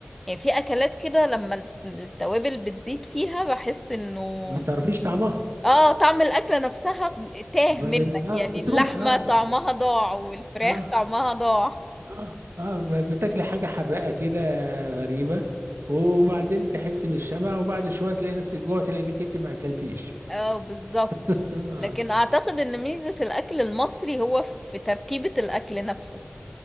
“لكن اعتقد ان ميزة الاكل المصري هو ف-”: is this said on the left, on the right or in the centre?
Centre